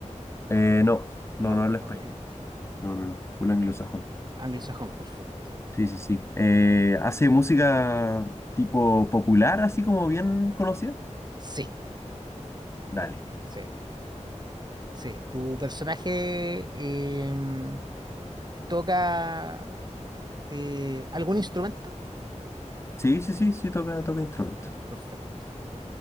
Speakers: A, on the left; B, on the right.
A: Eh, no, no,
B: No,
A: no habla español.
B: ok.
A: No, no, no, full anglosajón.
B: Anglosajón, perfecto.
A: Sí, sí, sí. Eh, ¿hace música tipo popular, así como bien conocida?
B: Sí,
A: Dale.
B: sí, sí. ¿Tu personaje em, toca eh, algún instrumento?
A: Sí, sí, sí, sí, toca, toca instrumento.
B: Perfecto.